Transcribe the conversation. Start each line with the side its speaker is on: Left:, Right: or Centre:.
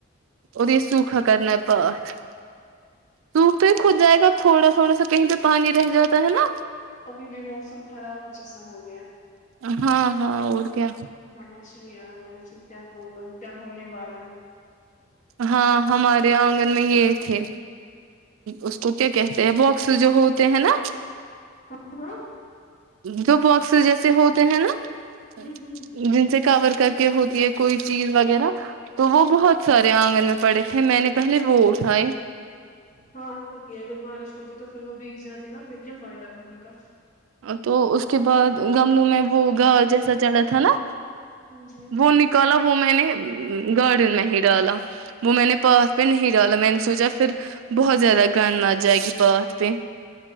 Right: اور یہ سوکھا کرنا ہے پات سوکھ تو ہی کھود جائے گا تھوڑا تھوڑا سا کہیں پہ پانی رہ جاتا ہے نا
Left: ابھی بھی موسم خراب جیسا ہوگا
Right: ہاں ہاں اور کیا
Left: سمجھ ا ست <unintelligible> ہونے والا
Right: ہاں ہمارے آنگن میں یہ تھے اس کو کیا کہتے ہیں بکس جو ہوتے ہیں نا
Left: ہاں ہاں
Right: جو باکسز جیسے ہوتے ہیں نا
Left: ہوں
Right: <unintelligible>
Left: ہوں
Right: ہوتی ہے کوئی چیز وغیرہ تو وہ بہت سارے آنگن میں پڑے تھے میں نے پہلے وہ اٹھائے
Left: ہاں سک اگر بارش ہوتی تو پھر وہ بیگ جاتی نا پھر کیا فائدہ تھا ان کا
Right: تو اس کے بعد گملوں میں وہ گا جیسا چڑھا تھا نا
Left: ہوں ہوں
Right: وہ نکالا وہ میں نے گارڈن میں ہی ڈالا وہ میں نے پاتھ پہ نہیں ڈالا میں نے سوچا پھر بہت زیادہ گند آ جائے گی پاتھ پہ